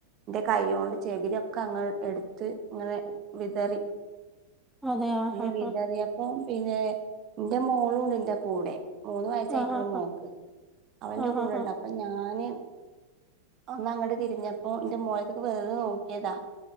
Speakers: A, on the right (about 35°); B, in the centre.
A: ന്റെ കൈയ്യോണ്ട് ചെകിരിയൊക്കെ അങ് എടുത്ത് ഇങ്ങനെ വിതറി
B: അതെയാ
A: ഏ
B: ഹാ
A: വിതറിയപ്പോ
B: ഹാ
A: പിന്നെ ന്റെ മോളൂണ്ട് ന്റെ കൂടെ മൂന്ന് വയസ്സായിട്ടുള്ളൂ
B: ആഹ് ആഹ്
A: മോക്ക്
B: ആഹ്
A: അവളെന്റെ
B: ആഹ്
A: കൂടെണ്ട്
B: ആഹ്
A: അപ്പൊ ഞാന് ഒന്ന് അങ്ങട്ട് തിരിഞ്ഞപ്പോ ന്റെ മോളട്ത്ത്ക്ക് വെറ്തെ നോക്കിയതാ